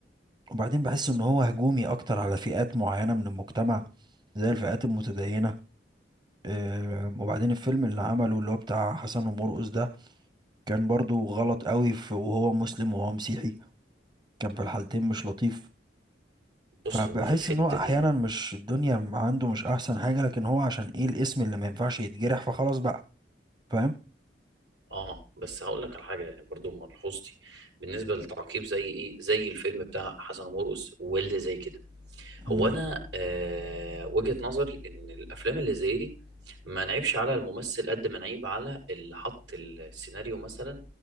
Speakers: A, on the right (about 25°); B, on the right (about 80°).
A: وبعدين بحس ان هو هجومي اكتر على فئات معينة من المجتمع زي الفئات المتدينة آم، وبعدين الفيلم اللي عمله اللي هو بتاع حسن ومرقص ده كان برضو غلط قوي في وهو مسلم وهو مسيحي كان في الحالتين مش لطيف
B: بص
A: فبحس
B: هو في الحتة
A: ان هو احيانا
B: دي
A: مش الدنيا عنده مش احسن حاجة لكن هو عشان ايه الاسم اللي ما ينفعش يتجرح فخلاص بقى فاهم
B: اه بس هقول لك على حاجة يعني برضو ملحوظتي بالنسبة للتعقيب زي ايه زي الفيلم بتاع حسن ومرقص واللي زي كده هو
A: مم.
B: انا آه وجهة نظري ان الافلام اللي زي دي ما نعيبش على الممثل قد ما نعيب على اللي حط السيناريو مثلا